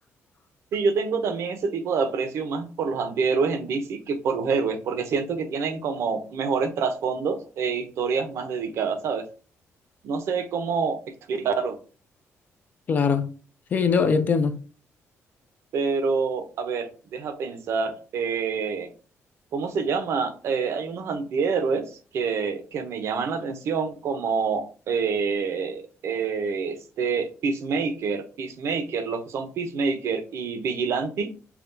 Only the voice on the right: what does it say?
Sí, yo tengo también ese tipo de aprecio más por los antihéroes en DC que por los héroes, porque siento que tienen como mejores trasfondos e historias más dedicadas, ¿sabes? No sé cómo explicarlo.
Pero, a ver, deja pensar, eh, ¿cómo se llama? Eh, hay unos antihéroes que, que me llaman la atención como eh, eh, este Peacemaker, Peacemaker, los que son Peacemaker y Vigilante